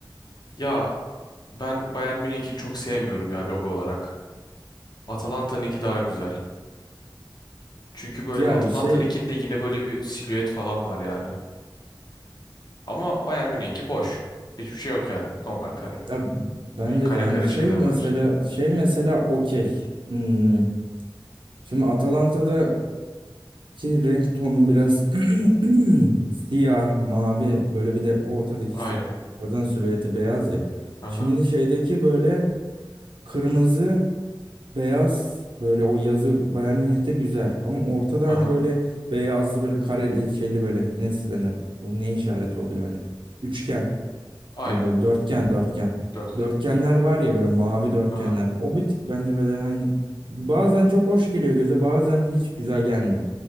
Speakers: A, on the left (about 55°); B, on the right (about 70°).
A: Ya ben Bayern Münih'ini çok sevmiyorum ya logo olarak. Atalanta'nınki daha güzel. Çünkü böyle
B: Ya
A: Atalanta'nınkinde
B: şey
A: yine böyle bir silüet falan var yani. Ama Bayern Münih'inki boş. Hiçbir şey yok yani. Normal kare.
B: ya bence
A: Ve kare
B: de yani
A: kare
B: şey
A: şeyler
B: mesela
A: var içinde.
B: şey mesela okey. Hmm. Şimdi Atalanta'daki renk tonu biraz <clears throat> siyah, mavi böyle bir de ortadaki
A: Aynen.
B: işte kadın silüeti beyaz ya.
A: Aha.
B: Şimdi şeydeki böyle Kırmızı, beyaz böyle o yazı Bayern Münih'te güzel. Ama ortada
A: Aha.
B: hani böyle beyazlı böyle kareli şeyli böyle nasıl denir? Bu ne işareti oluyor hani? Üçgen
A: Aynen.
B: gibi böyle dörtgen dörtgen.
A: Dörtgen.
B: Dörtgenler var ya böyle mavi dörtgenler.
A: Aha.
B: O bir tık bence böyle aynı. Bazen çok hoş geliyor göze bazen hiç güzel gelmiyor.